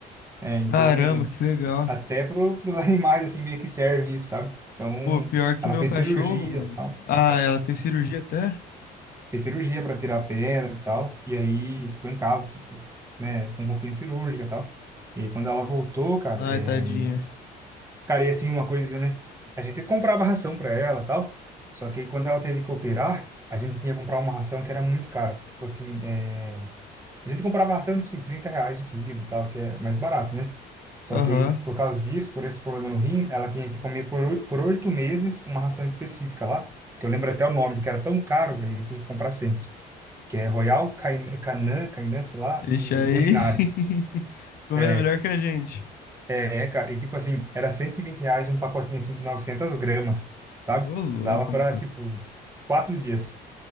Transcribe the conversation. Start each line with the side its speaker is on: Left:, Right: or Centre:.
Right: É, então,
Left: Caramba, que legal.
Right: até para os <laughs> animais, assim, meio que serve isso, sabe? Então,
Left: Pô, pior que
Right: ela
Left: meu
Right: fez
Left: cachorro,
Right: cirurgia
Left: mano.
Right: e tal.
Left: Ah, ela fez cirurgia até?
Right: fez cirurgia para tirar a pedra e tal, e aí ficou em casa, tipo, né, com roupinha cirúrgica e tal. E aí, quando ela voltou, cara,
Left: Ai,
Right: é...
Left: tadinha.
Right: cara, e assim, uma coisa, né, a gente comprava ração para ela e tal, só que aí quando ela teve que operar, a gente tinha que comprar uma ração que era muito cara, tipo assim, é... a gente comprava ração, tipo assim, 30 reais o quilo e tal, que é mais barato, né? Só
Left: Aham.
Right: que aí, por causa disso, por esse problema no rim, ela tinha que comer por oi- por oito meses uma ração específica lá, que eu lembro até o nome, porque era tão caro, velho, eu tinha que comprar sempre que é Royal Cain- Canin, Canin, sei lá,
Left: Ixi,
Right: e
Left: aí.
Right: Urinário.
Left: <laughs> Comendo
Right: É,
Left: melhor que a gente.
Right: é, é, cara, e tipo assim, era 120 reais um pacotinho assim de 900 gramas, sabe?
Left: Ô, louco,
Right: Dava pra,
Left: mano.
Right: tipo, quatro dias.